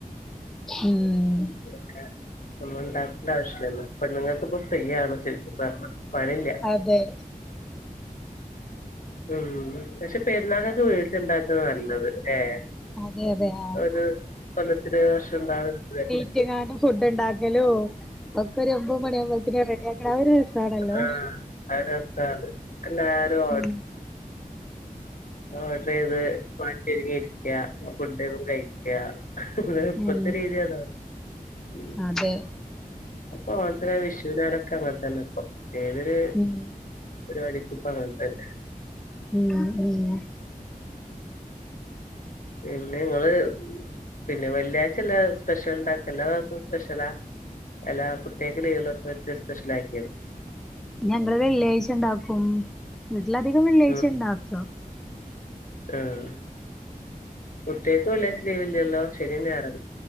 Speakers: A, in the centre; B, on the left.
A: ഉം
B: നമ്മ ഒന്നും ഉണ്ടാക്കേണ്ട ആവശ്യല്യല്ലോ പെണ്ണുങ്ങൾക്ക് ഇപ്പോ ഫ്രീ ആണ് ചുരുകി പറഞ്ഞാ പണില്യ
A: അതെ
B: ഉം പക്ഷെ പെരുന്നാൾകക്ക് വീട്ടിലുണ്ടാക്കുന്നതാ നല്ലത് ലെ
A: അതെ അതെ ആഹ്
B: ഒരു കൊല്ലത്തിൽ ഒരു വർഷം ഇണ്ടാവണതല്ലേ
A: ട്യങ്ങാണ്ടും ഫുഡുണ്ടാക്കലോ ഒക്കെരുമ്പോ ഒരു മണിയാവുമ്പത്തേക്ക് റെഡി ആക്ണെ ആ ഒരു രസാണല്ലോ
B: ആഹ് അത് രസാണ് എല്ലാരും
A: ഉ
B: <unintelligible> ഇരിക്ക ഫുഡ്‌ കഴിക്ക ന്നാലും ഇപ്പത്തെ
A: ഉം
B: രീതി അതാ ഉം
A: അതെ
B: പ്പൊ ഓണത്തിനായാലും വിഷുവിനായാലൊക്കെ അങ്ങൻ തന്നെ ഇപ്പൊ ഏതൊര്
A: ഉം
B: പരിവാടിക്കും ഇപ്പോ അങ്ങൻതന്നെ
A: ഉം ഉം
B: പിന്നെ ങ്ങള് പിന്നെ വെള്ളിയാഴ്ച എല്ലാ സ്പെഷ്യൽ ഇണ്ടാക്ക. എല്ലാ ദിവസും സ്പെഷ്യലാ? എല്ലാ കുട്ട്യേക്ക് ലീവുള്ള <unintelligible> സ്പെഷ്യൽ ആയി.
A: ഞങ്ങള് വെള്ളിയാഴ്ച ണ്ടാക്കും വീട്ട്ലധികം വെള്ളിയാഴ്ച
B: ഉം
A: ണ്ടാക്കാ.
B: ആഹ് കുട്ട്യേക്ക് വെള്ളിയാഴ്ച ലീവില്ലല്ലോ ശെനി, ഞായറാ